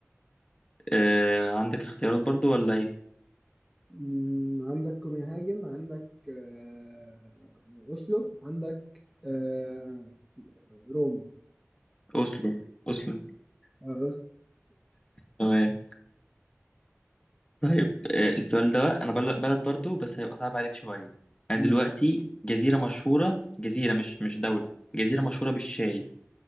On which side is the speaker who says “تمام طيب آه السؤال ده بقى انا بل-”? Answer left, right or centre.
Left